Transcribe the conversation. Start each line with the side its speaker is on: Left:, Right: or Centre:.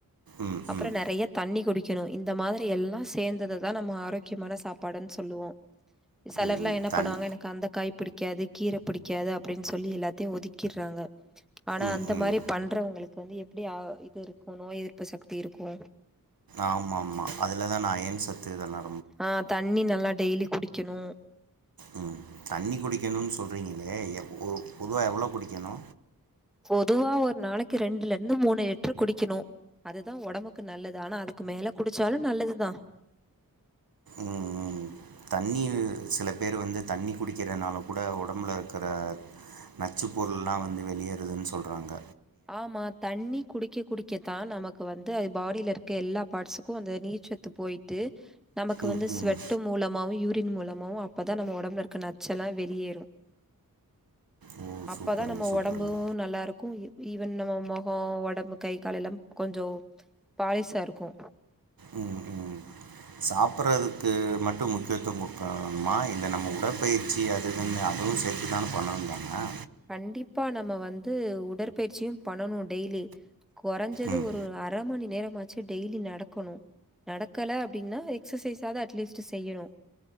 Right: ம்
Centre: அப்றோ
Right: ம்
Centre: நெறைய தண்ணி குடிக்கணு இந்த மாதிரி எல்லா சேர்ந்தததா நம்ம ஆரோக்கியமான சாப்பாடுன்னு சொல்லுவோ செலர்லா
Right: ம்
Centre: என்ன
Right: தண்
Centre: எனக்கு அந்த காய் பிடிக்காது கீர பிடிக்காது அப்டின்னு சொல்லி எல்லாத்தையு ஒதுக்கிட்றாங்க ஆனா
Right: ம்
Centre: அந்த
Right: ம்
Centre: மாதிரி பண்றவங்களுக்கு வந்து எப்டி அ இது இருக்கு நோய் எதிர்ப்பு சக்தி இருக்கூ
Right: ஆமா ஆமா அதுலதான் ஐயன் சத்து இதெல்லா
Centre: ஆ தண்ணி நல்லா டெய்லி குடிக்கணு
Right: ம் தண்ணி குடிக்கணுன் சொல்கிறீங்களே எப் பொதுவா எவ்ளோ குடிக்கணு
Centre: பொதுவா ஒரு நாளைக்கு ரெண்டுல இருந்து மூணு லிட்டரு குடிக்கணு அதுதா ஒடம்புக்கு நல்லது ஆனா அதுக்கு மேல குடிச்சாலு நல்லதுதா
Right: ம் ம் தண்ணி சில பேர் வந்து தண்ணி குடிக்கிறதுனால கூட ஒடம்புல இருக்கிற நச்சு பொருள் எல்லா வந்து வெளியேறுதுன் சொல்றாங்க
Centre: ஆமா தண்ணி குடிக்க குடிக்கத்தா நமக்கு வந்து அது பாடியில இருக் இருக்க எல்லா பார்ட்ஸ்க்கு அந்த நீர்ச்சத்து போயிட்டு நமக்கு
Right: ம்
Centre: வந்து ஸ்வட்டும்
Right: ம்
Centre: மூலமாவு யூரின் மூலமாவு அப்பதா நம்ம ஒடம்புல இருக்க நச்செல்லா வெளியேறு
Right: ஓ
Centre: அப்பதா
Right: சூப்பருங்க
Centre: நம்ம
Right: சூப்பருங்க
Centre: உடம்பு நல்லா இருக்கூ ஈவன் நம்ம மொகோ ஓடம்பு கை கால் எல்லா கொஞ்சோ பாலிசா இருக்கூ
Right: ம் ம் சாப்பட்றது க்கு மட்டு முக்கியத்துவோ கொடுக்கணுமா இல்ல நம்ம உடற்பயிற்சி அது இதுன்னு அதுவு சேர்த்து தான பண்ணனு அ ஹ
Centre: கண்டிப்பா நம்ம வந்து உடற்பயிற்சியு பண்ணனு டெய்லி குறைஞ்சது
Right: ம்
Centre: ஒரு அர் அரை மணி நேரமாச்சு டெய்லி நடக்கணு நடக்கல அப்டின்னா எக்ஸசைஸாது அட்லீஸ்ட் செய்யணு